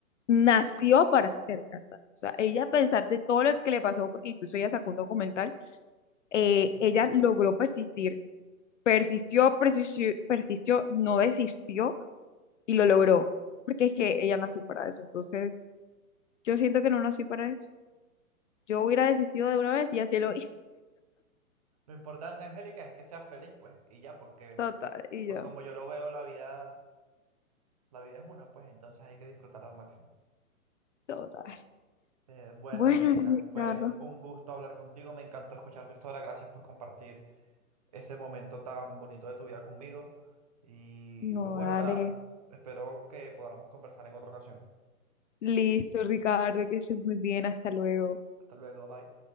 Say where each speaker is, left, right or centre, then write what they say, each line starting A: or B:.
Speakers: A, on the left; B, on the right.
A: nació para ser cantante, o sea, ella a pesar de todo lo que le pasó, porque incluso ella sacó un documental, eh,
B: ujú.
A: ella logró persistir, persistió, persistió, persistió, no desistió y lo logró, porque es que ella nació para eso, entonces yo siento que no nací para eso. Yo hubiera desistido de una vez y así lo hice.
B: Lo importante, Angélica, es que seas feliz, pues, y ya, porque
A: <laughs> Total, y
B: Porque
A: ya,
B: como yo lo veo, la vida, la vida es una, pues entonces hay que disfrutarla al máximo.
A: total.
B: Eh, bueno,
A: Bueno,
B: Angélica,
A: Ricardo.
B: fue un gusto hablar contigo, me encantó escuchar tu historia, gracias por compartir ese momento tan bonito de tu vida conmigo. Y
A: No,
B: pues bueno,
A: dale.
B: nada, espero que podamos conversar en otra ocasión.
A: Listo, Ricardo, que estés muy bien. Hasta luego.
B: Hasta luego, bye.